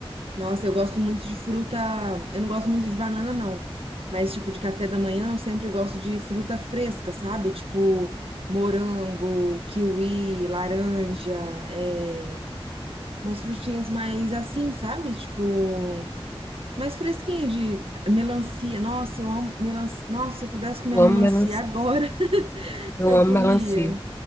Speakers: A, on the right (about 70°); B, on the left (about 25°).
A: Nossa, eu gosto muito de fruta. Eu não gosto muito de banana, não. Mas, tipo, de café da manhã, eu sempre gosto de fruta fresca, sabe? Tipo, morango, kiwi, laranja, é, umas frutinhas mais assim, sabe? Tipo, mais fresquinha de melancia. Nossa, eu amo melancia. Nossa, se eu pudesse
B: Eu
A: comer a
B: amo
A: melancia
B: melancia,
A: agora, <laughs>
B: eu
A: eu
B: amo
A: comia.
B: melancia.